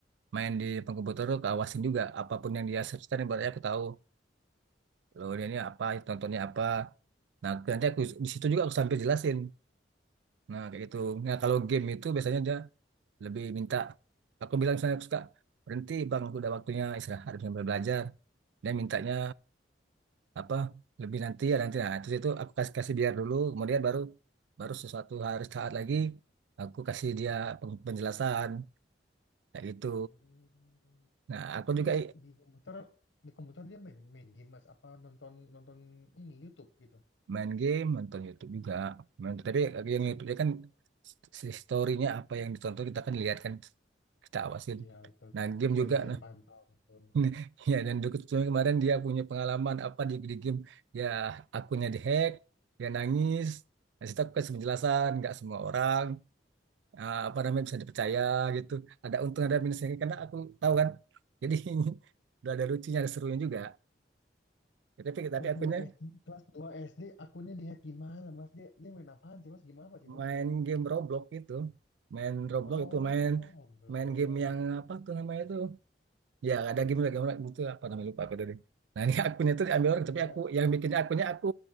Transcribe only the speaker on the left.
Hmm.
Itu
dia di komputer di komputer dia main main game mas apa nonton nonton ini YouTube gitu.
Oh.
Iya betul
bisa
bisa
bisa
dipantau betul.
Kelas
2 SD kelas 2 SD akunnya dihack gimana mas dia dia main apaan sih mas gimana apa sih mas
dia itu?
Oh
Roblox.
Iya